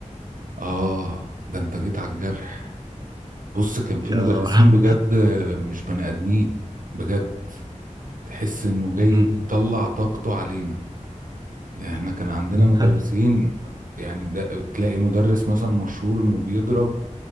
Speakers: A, on the right; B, on the right.
A: آه ده أنت جيت على الجرح بص كان في
B: يا
A: مدرسين
B: رب
A: بجد مش بني آدمين بجد تحس إنه جاي
B: مم.
A: بيطلع طاقته علينا يعني إحنا كان عندنا
B: <laughs>
A: مدرسين يعني ده تلاقي مدرس مثلا مشهور إنه بيضرب